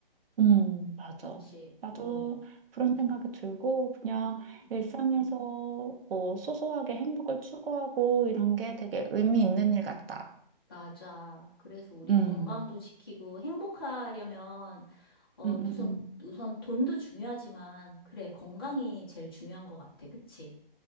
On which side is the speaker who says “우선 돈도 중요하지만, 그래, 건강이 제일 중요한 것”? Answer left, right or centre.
Left